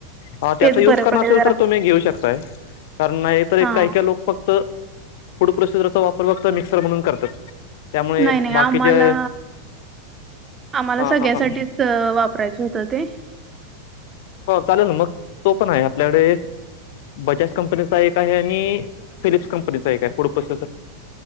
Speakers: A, on the left; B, on the right.
A: हा त्याचा
B: तेच
A: युज
B: बरं
A: करणार
B: पडेल
A: असेल
B: जरा
A: तर तुम्ही घेऊ शकताय कारण नाही तर एक
B: हा
A: काही काही लोक फक्त फूड प्रोसेसरचा वापर फक्त मिक्सर म्हणून करतात. त्यामुळे
B: नाही नाही
A: बाकीचे
B: आम्हाला आम्हाला
A: हां
B: सगळ्यासाठीच
A: हां हां
B: वापरायचं होतं ते
A: हो चालेल ना मग तो पण आहे आपल्याकडे बजाज
B: <unintelligible>
A: कंपनीचा एक आहे आणि फिलिप्स कंपनीचा एक आहे फूड प्रोसेसर